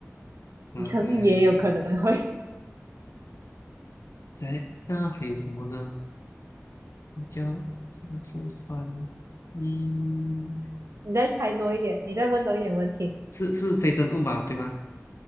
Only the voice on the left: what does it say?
那在
在那还有什么呢？睡觉、吃饭，嗯，
是是非生物嘛，对吧？